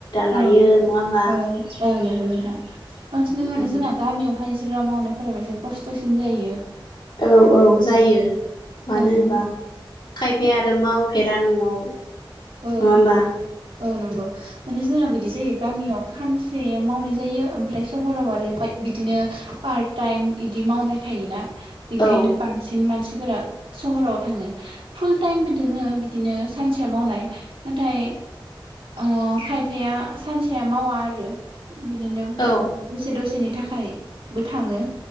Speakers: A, on the left; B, on the right.
A: लायो
B: औ
A: नङा होमबा
B: औ औ नंगौ नोंथां। बांसिनानो माने
A: उम
B: जोंना गामियाव हाजिरा मावनायफोराबा एसे खस्थ'सिन जायो।
A: औ औ जायो मानो
B: ओं
A: होनबा खायफाया आरो मावफेरा न'आव
B: औ
A: नङा होमबा?
B: औ नंगौ माने जोंहा बिदि जायो गामियाव खानसे मावनाय जायो। ओमफ्राय सहराव आरो बा बिदिनो पार्ट टाइम बिदि मावनाय थायोना बेनिखायनो
A: औ
B: बांसिन मानसि फोरा सहराव थाङो फुल टाइमबो दोङो बिदिनो सानसेया मावनाय नाथाय ओ खायफाया सानसेया मावा आरो। बिदिनो
A: औ
B: दसे दसेनि थाखायबो थाङो।